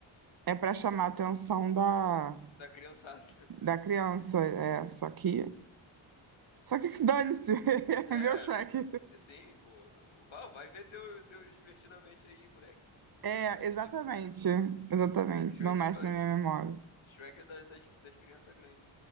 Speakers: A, on the right (about 45°); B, on the left (about 65°).
A: é pra chamar a atenção da,
B: Da criançada.
A: da
B: <laughs>
A: criança. É, só que. Só que dane-se, <laughs>
B: É,
A: é meu Shrek.
B: assim, pô, vai, vai ver teu, teus divertidamente aí, moleque. Deixa
A: É,
B: o Shrek
A: exatamente,
B: de,
A: exatamente,
B: Shrek
A: não mexe
B: é pra,
A: na minha memória.
B: Shrek é da- das, das crianças grandes.